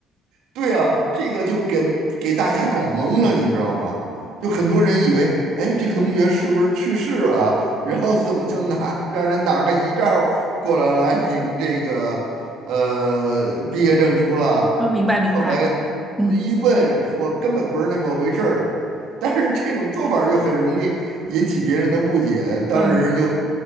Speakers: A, on the right; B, in the centre.
A: 对啊，这个就给给大家搞懵了，你知道吗？就很多人以为，哎，这个同学是不是去世了？<laughs> 然后怎么就拿让人拿个遗照过来来领这个呃毕业证书了？
B: 哦，明白明白，
A: 后来
B: 嗯
A: 一问说根本不是那么回事儿，但是这种做法儿就很容易引起别人的不解，当时就
B: 嗯，呃